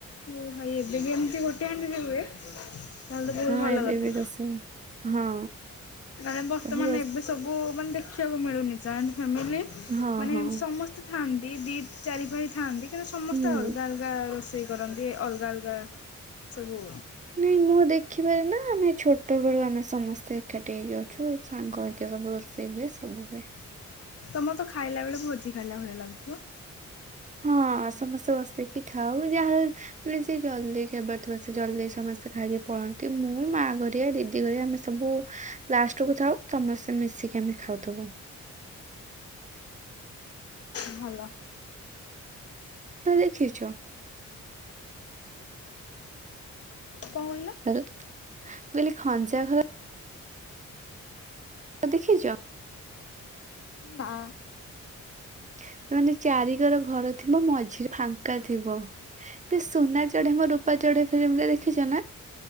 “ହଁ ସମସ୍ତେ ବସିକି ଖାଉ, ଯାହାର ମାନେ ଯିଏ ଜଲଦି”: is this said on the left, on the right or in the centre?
Right